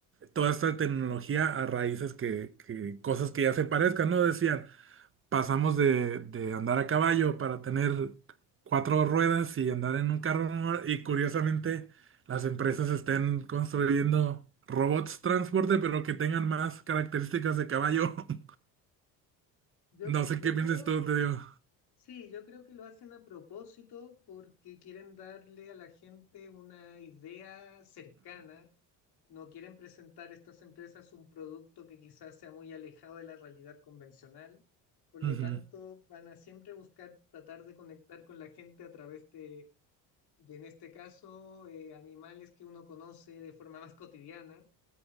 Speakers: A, on the right; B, on the left.
A: toda esta tecnología a raíces que, que cosas que ya se parezcan, ¿no? Decían. pasamos de, de andar a caballo para tener cuatro ruedas y andar en un carro normal, y curiosamente las empresas estén construyendo robots transporte pero que tengan más características de caballo. <laughs>
B: Yo,
A: No sé
B: yo
A: qué piensas
B: creo,
A: tú, te digo.
B: sí, yo creo que lo hacen a propósito porque quieren darle a la gente una idea cercana. No quieren presentar a estas empresas un producto que quizás sea muy alejado de la realidad convencional. Por lo
A: Ujú.
B: tanto, van a siempre buscar tratar de conectar con la gente a través de, de, en este caso, eh, animales que uno conoce de forma más cotidiana